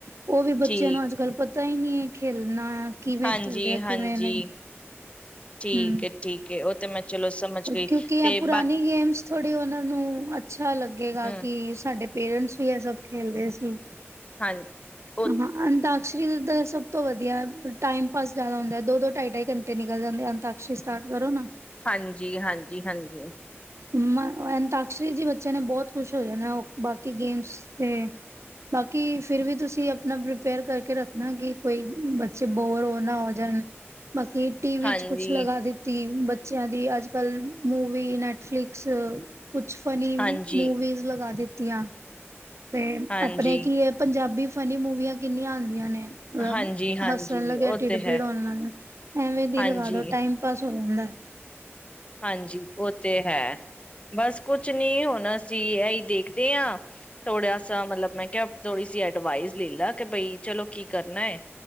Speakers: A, on the right; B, on the left.
A: ਉਹ ਵੀ ਬੱਚਿਆਂ
B: ਠੀਕ
A: ਨੂੰ ਅੱਜ ਕੱਲ੍ਹ ਤਾਂ ਹੀ ਨਹੀਂੀ ਖੇਲਣਾ ਕਿਵੇਂ
B: ਹਾਂਜੀ,
A: ਖੇਲਦੇ ਆ
B: ਹਾਂਜੀ
A: ਕਿਵੇਂ ਨਹੀਂ
B: ਠੀਕ
A: ਹਮ
B: ਏ ਠੀਕ ਏ ਉਹ ਤੇ ਮੈਂ ਚਲੋ ਸਮਝ ਗਈ
A: ਕਿਉਂਕਿ
B: ਤੇ
A: ਆ ਪੁਰਾਣੀ
B: ਬਾ
A: ਗੇਮਸ ਥੋੜ੍ਹੀ ਉਹਨਾਂ ਨੂੰ ਅੱਛਾ ਲੱਗੇਗਾ
B: ਹੂੰ
A: ਕਿ ਸਾਡੇ ਪੇਰੈਂਟਸ ਵੀ ਇਹ ਸਭ ਖੇਲਦੇ ਸੀ
B: ਹਾਂ ਓ
A: ਅਹਾਂ ਅਨਤਾ- ਕਸ਼ਰੀ ਦਾ ਸਭ ਤੋਂ ਵਧੀਆ, ਟਾਈਮ ਪਾਸ ਜ਼ਿਆਦਾ ਹੁੰਦੈ। ਦੋ ਦੋ ਢਾਈ ਢਾਈ ਘੰਟੇ ਨਿਕਲ ਜਾਂਦੇ ਅੰਤਾਕਸ਼ਰੀ ਸਟਾਰਟ ਕਰੋ ਨਾ
B: ਹਾਂਜੀ, ਹਾਂਜੀ, ਹਾਂਜੀ।
A: ਅਮ-ਅ ਅੰਤਾਕਸ਼ਰੀ ਚੇ ਬੱਚਿਆਂ ਨੇ ਬਹੁਤ ਖੁਸ਼ ਹੋ ਜਾਣਾ ਐ, ਅ ਬਾਕੀ ਗੇਮਸ ਤੇ ਬਾਕੀ ਫਿਰ ਵੀ ਤੁਸੀਂ ਆਪਣਾ ਪ੍ਰੀਪੇਅਰ ਕਰਕੇ ਰੱਖਣਾ ਕਿ ਕੋਈ ਅਮ-ਬ ਚੇ ਬੋਰ ਹੋ ਨਾ ਹੋ ਜਾਣ। ਬਾਕੀ ਟੀਵੀ
B: ਹਾਂਜੀ,
A: ਚ ਕੁਛ ਲਗਾ ਦਿੱਤੀ। ਅਮ ਬ ਬੱਚਿਆਂ ਦੀ ਅੱਜ ਕਲ ਮੂਵੀ, ਨੈਟਫਲਿਕਸ ਕੁਛ ਫਨੀ
B: ਹਾਂਜੀ, ਹਾਂਜੀ,
A: ਮੂਵੀਜ਼ ਲਗਾ ਦਿ। ਤੀਆਂ। ਤੇ
B: ਹਾਂਜੀ,
A: ਆਪਣੇ ਕੀ ਐ ਪੰਜਾਬੀ ਫ ਫਨੀ ਮੂਵੀਆਂ ਕਿੰਨੀਆਂ ਆਂਦੀਆਂ ਨੇ ਤਲਬ
B: ਹਾਂਜੀ, ਹਾਂਜੀ
A: ਹੱਸਣ ਲੱਗਿਆ,
B: ਉਹ
A: ਢਿੱਡ
B: ਤੇ ਹੈ
A: ਪੀੜ ਹੋਣ ਲ, ਐਵੇਂ ਦੀ
B: ਹਾਂਜੀ,
A: ਲਗਾ ਦੋ ਟਾਈਮ ਪਾਸ। ਹੋਂਦਾ ਐ।
B: ਹਾਂਜੀ ਉਹ ਤੇ ਹੈ। ਬਸ ਕੁਛ ਨੀ ਹੁਣ ਚੀ ਏਹ ਈ ਦੇਖਦੇ ਆਂ, ਥੋੜੇਆ ਸਾ ਮਤਲਬ, ਮੈਂ ਕਿਆ ਥੋੜੀ ਸੀ ਐਡਵਾਈਸ ਲੈ ਲਾ, ਕੇ ਬਈ ਚਲੋ ਕੀ ਕਰਨਾ ਏ।